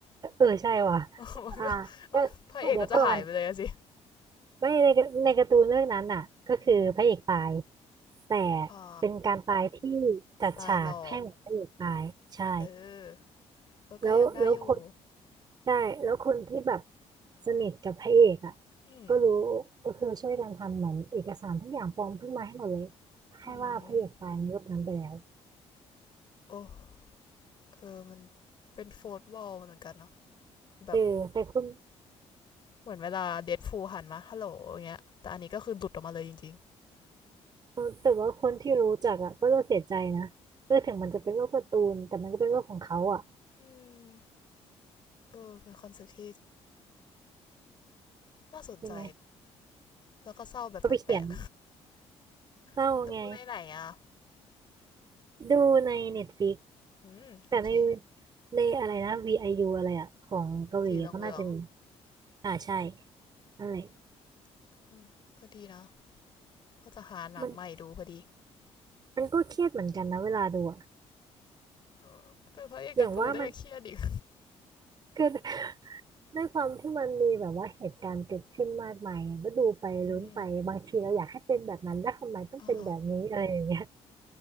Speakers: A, on the right; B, on the left.
A: เออใช่ว่ะ
B: <laughs> มันก็
A: อ่าเอ้อ
B: พระเอกก็จะหายไปเลยสิ
A: เดี๋ยวก่อนไม่ในในการ์ตูนเรื่องนั้นน่ะก็คือพระเอกตาย
B: อ
A: แต่
B: ๋อ
A: เป็นการตายที่จัดฉากให้เหมือนพระเอกตายใช่
B: ตายหลอกเออแล้วก็ยังได้อยู่
A: แล้วแล้วคนใช่แล้วคนที่แบบสนิทกับพระเอกอ่ะ
B: อืม
A: ก็รู้ก็คือช่วยกันทำเหมือนเอกสารทุกอย่างปลอมขึ้นมาให้หมดเลยให้ว่าพระเอกตายในรูปนั้นไปแล้ว
B: อืมโอ้เออมันเป็นโฟร์ทวอลเหมือนกันเนาะแบบ
A: เออแต่คุณ
B: เหมือนเวลาเดดฟูลหันมาฮัลโหลอย่างเงี้ยแต่อันนี้ก็คือหลุดออกมาเลยจริง
A: เออแต่ว่าคนที่รู้จักอ่ะก็จะเสียใจนะเออถึงมันจะเป็นโลกการ์ตูนแต่มันก็เป็นโลกของเขาอ่ะ
B: ๆอืมเออเป็นคอนเซ็ปต์ที่น่าสนใจ
A: ใช่ไหม
B: แล้วก็เศร้าแบบแปลก
A: เขาไปเขียนเศร้าไง
B: ๆดูในไหนอ่ะ
A: ดูในเน็ตฟ i ิก
B: อืมโอเค
A: แต่ในในอะไรนะ VIU อยูอะไรอ่ะของเกาหลีอะก็น่าจะมี
B: สีเหลืองเหลือง
A: อ่าใช่นั่นแหละ
B: ๆเออก็ดีนะว่าจะหาหนังใหม่ดูพอดี
A: มันมันก็เครียดเหมือนกันนะเวลาดูอ่ะ
B: เืมเป็นพระเอกการ์ตูนเลยเครียดอีก
A: อย่างว่ามันคือด้วยความที่มันมีแบบว่าเหตุการณ์เกิดขึ้นมากมายอะก็ดูไปลุ้นไปบางทีเราอยากให้เป็นแบบนั้นแล้วทำไมต้องเป็นแบบนี้อะไรอย่างเงี้ย
B: อืมอ่าฮะ